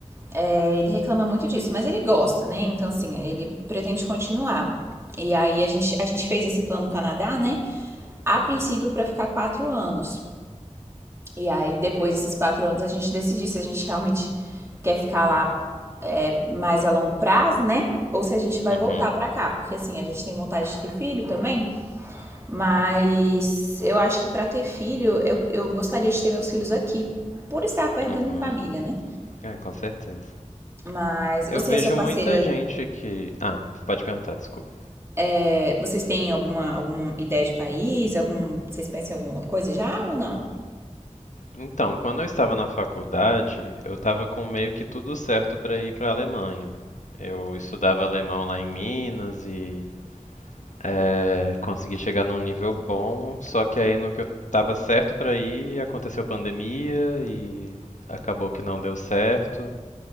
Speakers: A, on the right (about 20°); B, on the left (about 85°).
A: é, ele reclama muito disso, mas ele gosta, né? Então, assim, ele pretende continuar. E aí a gente, a gente fez esse plano Canadá, né? A princípio para ficar quatro anos. E aí, depois desses quatro anos, a gente decidir se a gente realmente quer ficar lá é, mais a longo prazo, né? Ou se a gente vai
B: uhum,
A: voltar pra cá, porque assim, a gente tem vontade de ter filho também, mas eu acho que pra ter filho, eu, eu gostaria de ter meus filhos aqui, por estar perto
B: uhum.
A: da minha família, né?
B: É, com certeza.
A: Mas você
B: Eu vejo
A: e a sua parceira,
B: muita gente que. Ah, pode perguntar, desculpa.
A: é, vocês têm alguma, alguma ideia de país? Algum, vocês pensam em alguma coisa já ou não?
B: Então, quando eu estava na faculdade, eu estava com meio que tudo certo para ir para a Alemanha. Eu estudava alemão lá em Minas e eh, consegui chegar num nível bom, só que aí no que eu estava certo para ir, aconteceu pandemia e acabou que não deu certo.